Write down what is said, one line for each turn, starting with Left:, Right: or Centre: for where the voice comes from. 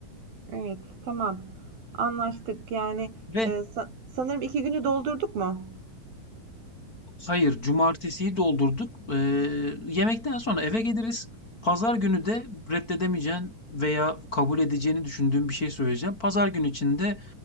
Right: Evet, tamam. Anlaştık. Yani
Left: Ve
Right: e, sa- sanırım iki günü doldurduk mu?
Left: Hayır, cumartesiyi doldurduk. Ee, yemekten sonra eve geliriz. Pazar günü de reddedemeyeceğin veya kabul edeceğini düşündüğüm bir şey söyleyeceğim. Pazar günü içinde